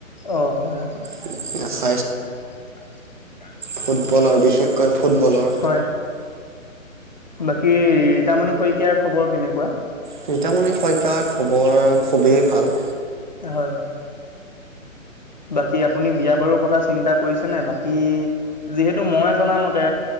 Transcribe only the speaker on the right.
থিকে আছে।
ফুটবলৰ বিশেষকৈ ফুটবলৰ
চিন্তামণিৰ শইকীয়াৰ খবৰ খুবেই ভাল।